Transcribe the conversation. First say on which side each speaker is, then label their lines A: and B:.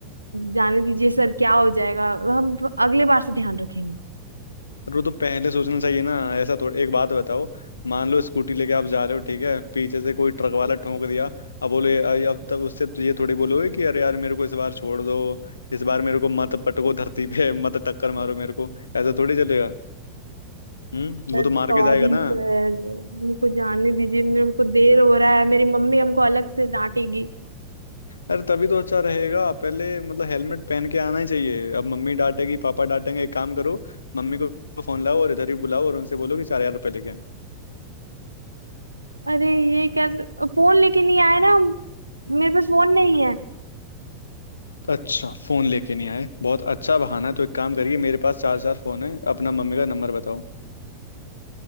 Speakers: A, on the right; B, on the left.
A: जाने दीजिए सर क्या हो जाएगा हम अगले बार से ध्यान रखेंगे
B: वो तो पहले सोचना चाहिए ना ऐसा थोड़ा एक बात बताओ मान लो स्कूटी लेके आप जा रहे हो ठीक है पीछे से कोई ट्रक वाला ठोक दिया अब बोले अ- अब तब उससे तो ये थोड़ी बोलोगे कि अरे यार मेरे को इस बार छोड़ दो इस बार मेरे को मत पटको धरती पे <laughs> मत टक्कर मारो मेरे को ऐसा थोड़ी चलेगा हम्म
A: सर
B: वो तो
A: सॉरी
B: मार के जाएगा ना
A: सर मुझको जाने दीजिए मेरे को देर हो रहा है मेरी मम्मी हमको अलग से डांटेगी
B: अरे तभी तो अच्छा रहेगा पहले मतलब हेलमेट पहन के आना ही चाहिए अब मम्मी डांटेगी पापा डांटेंगे एक काम करो मम्मी को फोन लाओ और इधर ही बुलाओ और उनसे बोलो कि चार हजार रुपये लेके आएं
A: अरे ये कैसे फोन लेके नहीं आए ना हम मेरे पास फोन नहीं है
B: अच्छा फोन लेके नहीं आए बहुत अच्छा बहाना है, तो एक काम करिए मेरे पास चार चार फोन है अपना मम्मी का नंबर बताओ